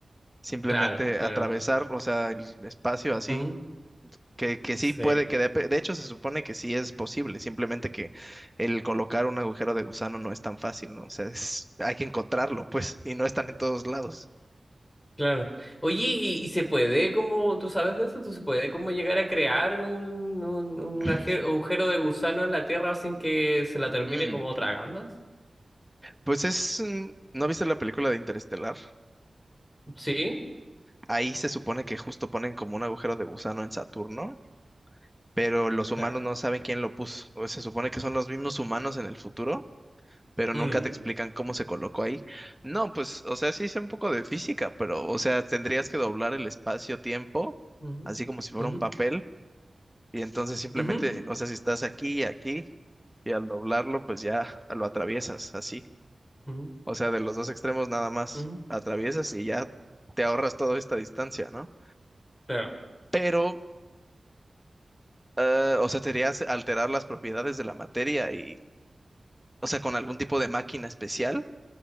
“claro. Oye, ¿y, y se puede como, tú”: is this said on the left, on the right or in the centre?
Left